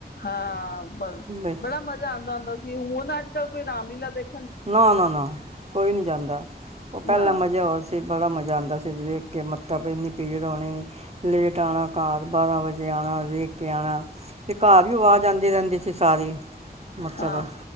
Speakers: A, on the left; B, on the right.
A: ਹਾਂ, ਬ-ਬੜਾ
B: ਬਈ
A: ਮਜ਼ਾ ਆਂਦਾ ਹੁੰਦਾ ਸੀ, ਹੁਨ ਅੱਜ-ਕੱਲ ਕੋਈ ਰਾਮਲੀਲਾ ਦੇਖ
B: ਨਾ, ਨਾ, ਨਾ, ਕੋਈ ਨੀ ਜਾਂਦਾ, ਓ
A: ਹੂੰ।
B: ਪਹਿਲਾ ਮਜ਼ੇ ਹੋਰ ਸੀ। 'ਤੇ ਬੜਾ ਮਜ਼ਾ ਆਂਦਾ ਸੀ ਵੇਖ ਕੇ, ਮਤਲਬ ਇੰਨੀ ਭੀੜ ਹੋਣੀ, ਲੇਟ ਆਣਾ। ਘਰ ਬਾਰਾਂ ਵਜੇ ਆਣਾ ਵੇਖ ਕੇ ਆਣਾ ਤੇ ਘਰ ਵੀ ਆਵਾਜ਼ ਆਂਦੀ ਰਹਿੰਦੀ ਸੀ ਸਾਰੀ। ਮਤਲਬ
A: ਹਾਂ,